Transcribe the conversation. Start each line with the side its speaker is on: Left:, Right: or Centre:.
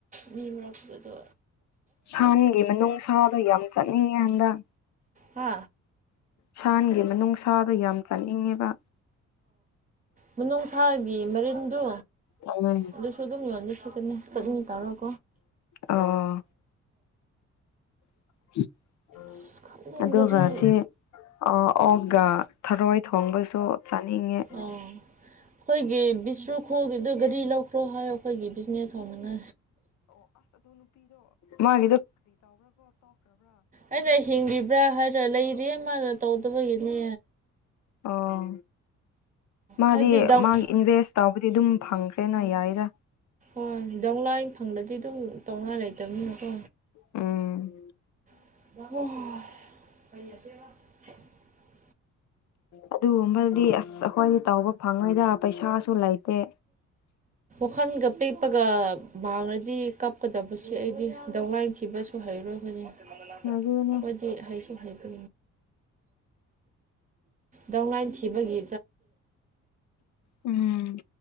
Right: ꯃꯤ ꯃꯔꯛꯇꯨꯗꯥ
Left: ꯁꯟꯒꯤ ꯃꯅꯨꯡꯁꯗꯣ ꯌꯥꯝ ꯆꯠꯅꯤꯡꯉꯦ ꯈꯡꯕꯔꯥ
Right: ꯍꯥ
Left: ꯁꯥꯟꯒꯤ ꯃꯅꯨꯡꯁꯥꯗꯣ ꯌꯥꯝ ꯆꯥꯅꯤꯡꯉꯦꯕ
Right: ꯃꯅꯨꯡ ꯁꯥꯒꯤ ꯃꯔꯤꯟꯗꯨ
Left: ꯎꯝ
Right: ꯑꯗꯨꯁꯨ ꯑꯗꯨꯝ ꯌꯣꯜꯕ ꯁꯁꯤꯠꯀꯅꯤ ꯆꯠꯅꯤ ꯇꯧꯔꯒ
Left: ꯑꯣ <unintelligible>
Right: ꯑꯁ ꯈꯪꯗꯦ
Left: ꯑꯗꯨꯒ
Right: ꯒꯥꯔꯤ
Left: ꯁꯤ ꯑꯣꯛꯒ ꯊꯔꯣꯏ ꯊꯣꯡꯕꯁꯨ ꯆꯥꯅꯤꯡꯉꯦ
Right: ꯑꯣ ꯑꯩꯈꯣꯏꯒꯤ ꯇ꯭ꯔꯣꯈꯣꯒꯤꯗ ꯒꯥꯔꯤ ꯂꯧꯈ꯭ꯔꯣ ꯍꯥꯏ ꯑꯩꯈꯣꯏꯒꯤ ꯕꯤꯖꯤꯅꯦꯁ ꯐꯥꯎꯅꯅ
Left: ꯃꯥꯒꯤꯗꯨ
Right: ꯑꯩꯅ ꯍꯤꯡꯉꯤꯕ꯭ꯔꯥ ꯍꯥꯏꯔꯥꯒ ꯂꯩꯔꯤꯌꯦ ꯃꯥꯅ ꯇꯧꯗꯕꯒꯤꯅꯦ
Left: ꯑꯣ ꯃꯥꯗꯤ
Right: ꯍꯥꯏꯕꯗꯤ ꯗꯥꯎꯟ
Left: ꯃꯥꯒꯤ ꯏꯟꯚꯦꯁ ꯇꯥꯎꯕꯗꯤ ꯑꯗꯨꯝ ꯐꯪꯈ꯭ꯔꯦꯅ ꯌꯥꯏꯗ
Right: ꯍꯣꯏꯗꯧ ꯂꯥ ꯐꯪꯂꯗꯗꯤ ꯑꯗꯨꯝ ꯇꯧꯉꯥꯏ ꯂꯩꯇꯕꯅꯤꯅꯀꯣ
Left: ꯎꯝ
Right: ꯑꯣ
Left: ꯑꯗꯨꯒꯨꯝꯕꯗꯤ ꯑꯁ ꯑꯩꯈꯣꯏꯗꯤ ꯇꯥꯎꯕ ꯐꯪꯉꯣꯏꯗ ꯄꯩꯁꯥꯁꯨ ꯂꯩ ꯇꯦ
Right: ꯈꯜꯒ ꯄꯦꯛꯄꯒ ꯃꯥꯡꯅꯗꯤ ꯀꯞꯀꯗꯕꯁꯦ ꯑꯩꯗꯤ ꯗꯧꯅꯥꯥꯏ ꯊꯤꯕꯁꯨ ꯍꯩꯔꯣꯏ <inaudible>
Left: ꯑꯗꯨꯅꯦ
Right: ꯈꯣꯏꯗꯤ ꯍꯩꯁꯨ ꯍꯩꯕ ꯗꯧꯅꯥꯥꯏꯟ ꯊꯤꯈꯤꯕꯒꯤ
Left: ꯎꯝ